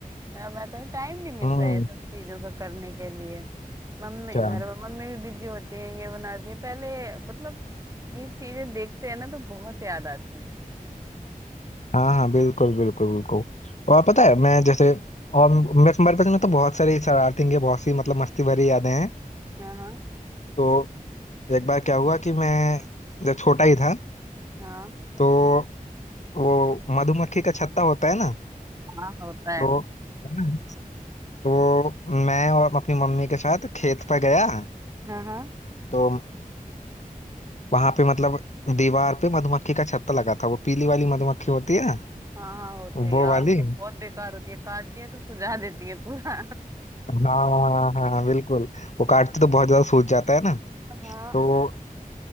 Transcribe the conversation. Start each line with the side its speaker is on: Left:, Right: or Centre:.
Right: मैं मैं कहीं टाइम नहीं मिलता
Left: हम्म
Right: ये सब चीजों का करने के लिए मम्मी
Left: अच्छा
Right: घर पर मम्मी भी बिजी होती है ये बनाती है पहले मतलब ये चीजें देखते हैं ना तो बहुत याद आती है
Left: हाँ हाँ बिल्कुल बिल्कुल बिल्कुल और पता है मैं जैसे और मैं तुम्हारे पास में तो बहुत सारी शरारतें की बहुत सी मतलब मस्ती भरी यादें हैं
Right: हाँ हाँ हाँ।
Left: तो एक बार क्या हुआ कि मैं जब छोटा ही था
Right: हाँ
Left: तो वो मधुमक्खी का छत्ता होता है ना
Right: हाँ होता है
Left: तो है ना तो मैं और अपनी मम्मी के साथ खेत पर गया
Right: हाँ हाँ
Left: तो वहां पे मतलब दीवार पे मधुमक्खी का छत्ता लगा था वो पीली वाली मधुमक्खी होती है ना।
Right: हाँ हाँ होती है यार
Left: वो वाली
Right: वो तो बहुत बेकार होती है काटती है तो सुझा देती है पूरा
Left: हाँ हाँ हाँ, बिल्कुल वो काटते तो बहुत ज्यादा सूज जाता है ना
Right: <laughs> हाँ
Left: तो